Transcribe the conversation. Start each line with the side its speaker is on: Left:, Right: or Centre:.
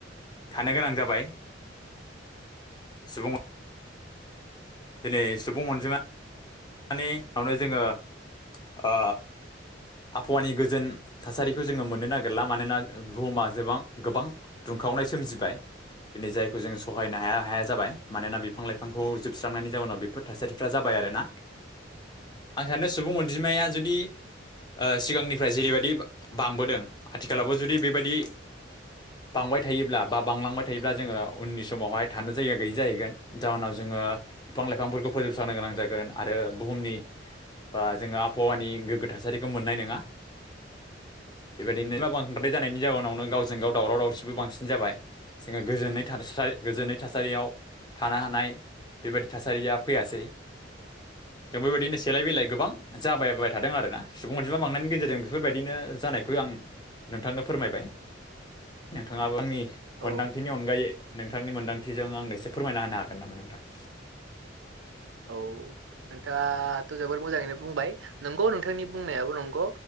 Left: थानो गोनां जाबाय सुबुं अ दिनै सुबुं अनजिमानि <inaudible> जोङो ओ आबहावानि गोजोन थासारिखौ जोङो मोननो नागिरला मानोना बुहुमाबा जोबां गोबां दुंखावनाय सोमजिबाय दिनै जायखौ जों सहायनो हाया हाया जाबाय मानोना बिफां लाइफांखौ जोबस्रांनायनि जाउनाव बेफोर थासारिफ्रा जाबाय आरो ना आं सानो सुबुं अनजिमाया जुदि ओ सिगांनिफ्राय जेरैबायदि बांबोदों आथिखालावबो जुदि बेबायदि बांबाय थायोब्ला बा बांलांबाय थायोब्ला जोङो उननि समावहाय थानो जायगा गैयि जाहैगोन, जाहोनाव जोङो ओबिफां लाइफांफोरखौ फोजोबस्रांनो गोनां जागोन आरो बुहुमनि बा जोङो आबहावानि गोग्गो थासारिखौ मोननाय नोङा <inaudible> बेबादिनो मा बांद्राय जानायनि जाउनावनो गावजों गाव दावराव दावसिबो बांसिन जाबाय जोङो गोजोनै थासारि थार गोजोनै थासारियाव थानो हानाय बेबायदि थासारिया फैयासै जों बेबायदिनो सेलाय बिलाय गोबां जाबायबाय थादों आरोना सुबुं अनजिमा बांनायनि गेजेरजों बेफोरबायदिनो जानायखौ आं नोंथांनो फोरमायबाय नोंथाङाबो आंनि
Right: औ
Left: मोन्दांथिनि अनगायै नोंथांनि मोन्दांथिजों आंनो एसे फोरमायना होनो हागोन नामा नोंथां?
Right: औ नोंथाङाथ' जोबोद मोजाङैनो बुंबाय नंगौ नोंथांनि बुंनायाबो नंगौ